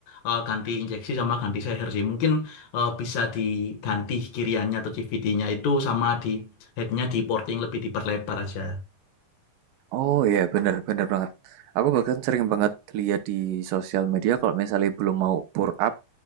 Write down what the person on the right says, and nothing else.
Oh iya, yeah, bener, bener banget. Aku bahkan sering banget lihat di sosial media kalau misalnya belum mau pour up,